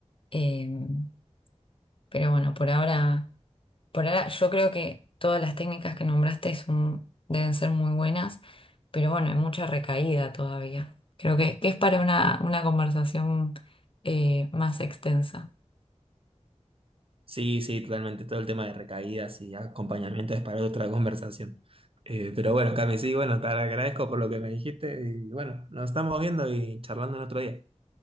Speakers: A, on the left; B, on the right.
A: Em, pero bueno, por ahora... Por ahora, yo creo que todas las técnicas que nombraste son- deben ser muy buenas, pero bueno, hay mucha recaída todavía. Creo que, que es para una, una conversación eh, más extensa.
B: Sí, sí, totalmente. Todo el tema de recaídas y acompañamiento es para otra <laughs> conversación. Eh, pero bueno, Cami, sí, bueno, te agradezco por lo que me dijiste y bueno, nos estamos viendo y charlando en otro día.